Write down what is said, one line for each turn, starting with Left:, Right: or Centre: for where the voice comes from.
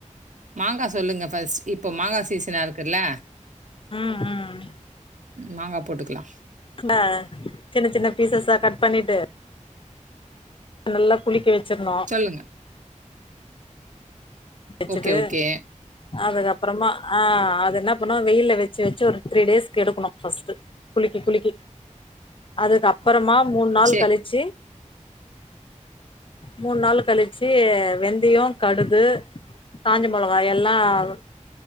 Right: மாங்கா சொல்லுங்க ஃபர்ஸ்ட் இப்போ மாங்கா சீசன்னா இருக்குல்ல
Left: ம் ம்
Right: மாங்கா போட்டுக்கலாம்
Left: ம சின்ன சின்ன பீசஸ்சா கட் பண்ணிட்டு நல்லா குலுக்கி வச்சுரணும்
Right: சொல்லுங்க.
Left: வச்சுட்டு
Right: ஓகே, ஓகே.
Left: அதுக்கப் புறமா ஆ அது என்ன பண்ணும் வெயில்ல வச்சி வச்சி ஒரு த்ரீ டேஸ்க் எடுக்கணும் ஃபர்ஸ்ட் குலுக் கி குலுக்கி அதுக்கு அப்புறமா மூணு நாள்
Right: சரி.
Left: கழிச்சி மூணு நாள் கழிச்சி வெந்தயம் கடுகு காஞ்ச மிளகாய் எல்லாம்